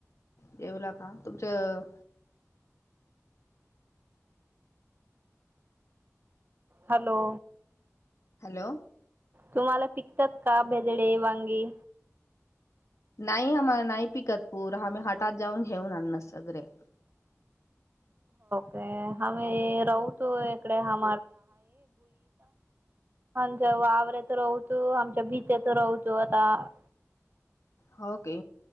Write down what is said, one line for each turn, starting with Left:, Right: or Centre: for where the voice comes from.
Left: जेवला का तुमचं
Right: हॅलो
Left: हॅलो
Right: तुम्हाला पिकतात का <unintelligible> वांगे?
Left: नाही हो नाही पिकत पूर आम्ही मठात जाऊन अन्न <unintelligible> सगरं -
Right: अ आमी राउतो इकडे <unintelligible> हां जेवा आ- राऊतो, आमच्या भीतेत राऊतो आता-
Left: हो की,